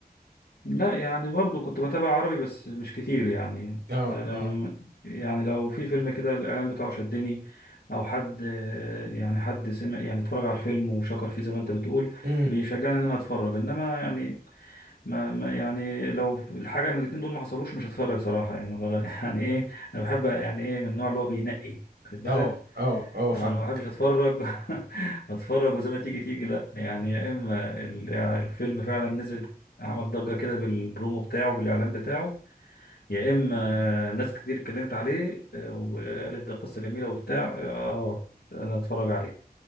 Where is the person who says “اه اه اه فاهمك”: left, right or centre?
Right